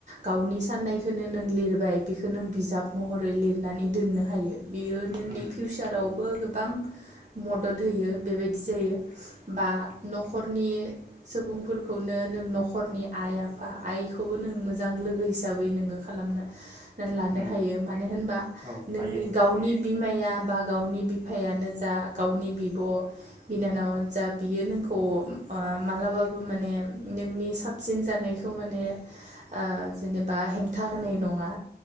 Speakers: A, on the right; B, on the right.
A: गावनि साननायखौनो नों लिरबाय बेखौ नों बिजाब महरै लिर। नानै दोननो हायो। बियो नोंनि
B: उम
A: फिउचारावबो
B: हायो
A: गोबां मदद होयो बेबायदि जायो बा न'खरनि सुबुंफोरखौनो नों न'खरनि आइ-आफा आइखौबो नों मोजां लोगो हिसाबै नों खालामना लानो
B: उम
A: हायो मानो होनबा
B: औ
A: नोंनि
B: हायो
A: गावनि बिमाया बा गावनि बिफायानो जा गावनि बिब' बिनानावानो जा बियो नोंखौ ह <unintelligible> मालाबो माने नोंनि साबसिन जानायखौ माने ओ जेबा हेंथा होनाय नङा।